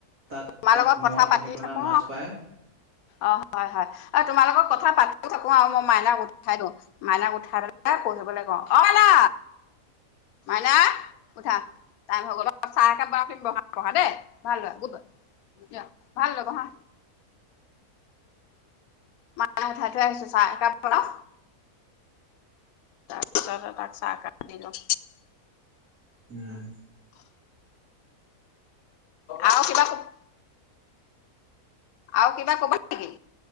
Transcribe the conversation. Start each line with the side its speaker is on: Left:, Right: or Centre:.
Right: তাত
Left: তোমাৰ
Right: তাত
Left: লগত
Right: মোৱা
Left: কথা
Right: দনিকণা
Left: পাতি থাকো
Right: মাছ
Left: ন
Right: পায়
Left: অ হয় হয়। আৰু তোমালোকৰ কথা পাতো থাকো আও মই মাইনাক উঠাই দিওঁ। মাইনাক উঠাই পেলাই পঢ়িবলে কওঁ। অ মাইনা। মাইনা উঠা টাইম হৈ গ'ল। চাহ একাপ <unintelligible> বহা বহা দেই ভাল লৰা, গুড বয়, যোৱা, ভাল লৰা বহা। মাইনাক উঠাই থৈ আহিছো চাহ কাপ বনাও। তাৰপিছত তাক চাহ কপ দি লও।
Right: উম।
Left: আৰু কিবা কবি আ কিবা কবা নেকি?